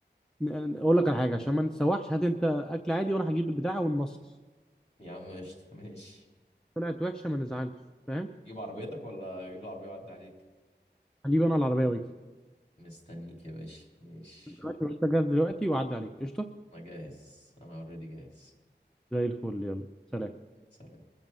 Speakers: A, in the centre; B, on the left.
A: ن- اقول لك على حاجه عشان ما نتسوحش هات انت اكل عادي وانا هجيب البتاع وننصص
B: يا عم قشطه <laughs> ماشي
A: طلعت وحشه ما نزعلش فاهم
B: جيب عربيتك ولا اجيب العربيه واعدي عليك
A: هجيب انا العربيه واجي
B: مستنيك يا باشا ماشي
A: <laughs> دلوقتي انت جاهز دلوقتي وعدي عليك قشطه
B: انا جاهز انا اوريدي جاهز
A: زي الفل يلا سلام
B: إيه، سلام